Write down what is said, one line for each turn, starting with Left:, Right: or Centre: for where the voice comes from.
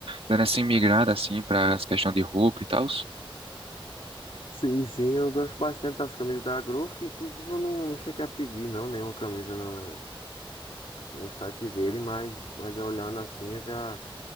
Right: dando essa migrada, assim, para as questões de roupa e tal?
Left: Sim, sim, eu gosto bastante das camisas da Growth. Inclusive, eu não, não cheguei a pedir, não, nenhuma camisa no, no site dele, mas, mas olhando assim, eu já.